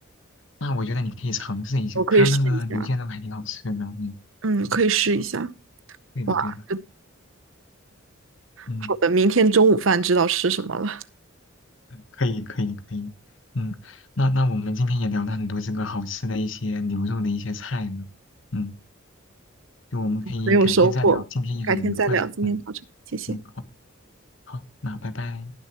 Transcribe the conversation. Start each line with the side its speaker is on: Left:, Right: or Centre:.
Left: 那我觉得你可以尝试一下，
Right: 我可以试一下。
Left: 它那个牛腱肉还挺好吃的。嗯，
Right: 嗯，可以试一下。
Left: 对的对的，
Right: 哇，这
Left: 嗯，
Right: 好的，明天中午饭知道吃什么了，
Left: 可以可以可以，嗯，那那我们今天也聊了很多这个好吃的一些牛肉的一些菜呢，嗯，就我们可以改天再聊，
Right: 很有收获。
Left: 今天也很愉快，
Right: 改天再聊，今天到这，
Left: 嗯
Right: 谢谢。
Left: 嗯，好好，那拜拜。